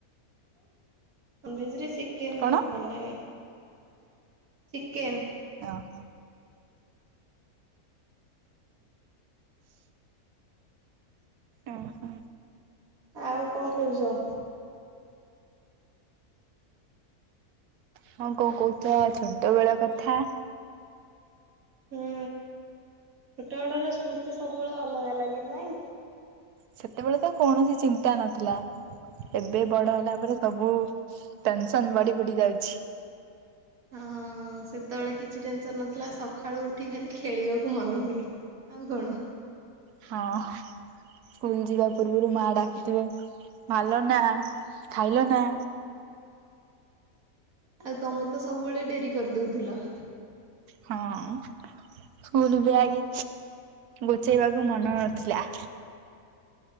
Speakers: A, on the right; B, on the right.
A: ନଭେଜେରେ ଚିକେନେ
B: କଣ?
A: ବହୁ ଭଲ ଲାଗେ ଚିକେନେ
B: ଓହୋ। ଓ ହୋ।
A: ଆଉ କଣ୍ କହୁଛ।
B: ହଁ କଣ କହୁଛ ଛୋଟ ବେଳ କଥା
A: ହୁଁ ଛୋଟବେଳର ସ୍ମୃତି ସବୁବେଳେ ଅଲଗା ଲାଗେ ନାଇଁ?
B: ସେତେବେଳେ ତ କୌଣସି ଚିନ୍ତା ନଥିଲା ଏବେ ବଡ ହେଲା ପରେ ସବୁ ଟେନସନ ବଢି ବଢି ଯାଉଛି।
A: ହଁ ସେତେବେଳେ କିଛି ଟେନ୍ ସନ ନ ଥିଲା ସକାଳୁ ଉଠି କାଲି ଖେଳିବାକୁ ମନହୁଏ ଆଉ କଣ୍
B: ହଁ। ସ୍କୁଲ ଯିବା ପୂର୍ବରୁ ମା ଡାକୁଥିବେ ଭାଲ ନା ଖାଇଲ ନା
A: ଆଉ ତମେ ତ ସବୁବେଳେ ଡେରି କରିଦଉଥିଲ?
B: ହଁ ସ୍କୁଲ ବି ଆଗେ ଗୁଚେଇବାକୁ ମନ ନଥିଲା।